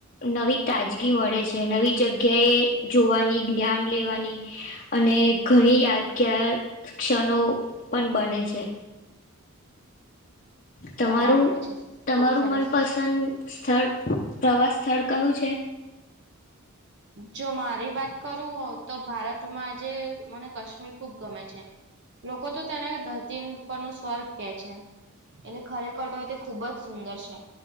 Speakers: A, on the left; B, on the right.
A: નવી તાજગી મળે છે નવી જગ કે જોવાની જ્ઞાન લેવાની અને ઘણી યાદગાર ક્ષણો પણ બને છે. તમારું
B: બરાબર છે
A: તમારું
B: ખુબ સરસ
A: મનપસંદ સ્થળ પ્રવાસ સ્થળ કયું છે.
B: જો મારી વાત કરું તો ભારતમાં આજે મને કાશ્મીર ખુબ ગમે છે. લોકો તો તેને ધરતીન પરનું સ્વર્ગ કે છે. એટલે ખરેખર તો તે ખુબ જ સુંદર છે.